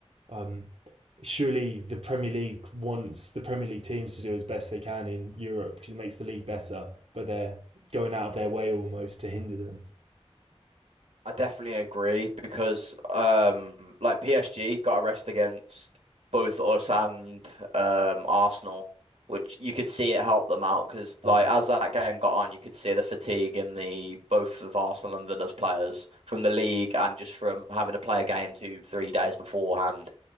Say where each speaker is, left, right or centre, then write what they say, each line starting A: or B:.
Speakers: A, on the right; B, on the right.
A: um, surely the Premier League wants the Premier League teams to do as best they can in Europe because it makes the league better, but they're going out of their way almost to hinder them.
B: I definitely agree because um like PSG got a rest against both us and um Arsenal, which you could see it helped them out because like
A: Yeah.
B: as that game got on, you could see the fatigue in the both of Arsenal and Villa's players from the league and just from having to play a game two, three days beforehand.